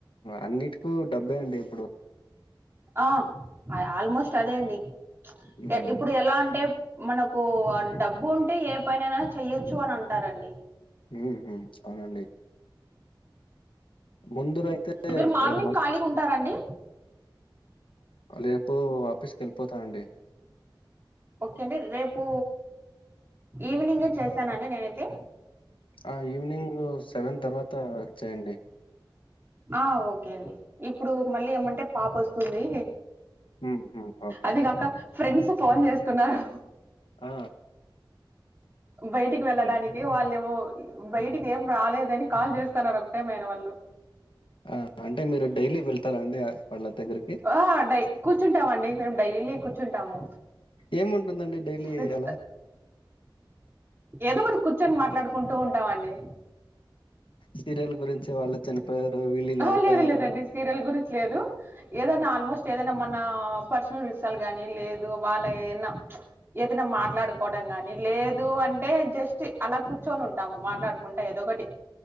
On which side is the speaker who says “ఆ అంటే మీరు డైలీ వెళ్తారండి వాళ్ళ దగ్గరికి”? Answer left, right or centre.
Left